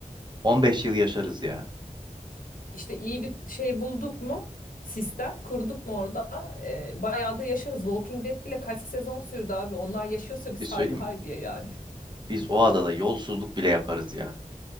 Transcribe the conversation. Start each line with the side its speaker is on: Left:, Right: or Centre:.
Right: 15 yıl yaşarız ya.
Left: İşte iyi bir şey bulduk mu? Sistem kurduk mu orada? E, bayağı da yaşarız. Walking Dead bile kaç sezon sürdü abi. Onlar yaşıyorsa biz
Right: Bir şey
Left: haydi
Right: söyleyeyim
Left: haydiye
Right: mi?
Left: yani.
Right: Biz o adada yolsuzluk bile yaparız ya.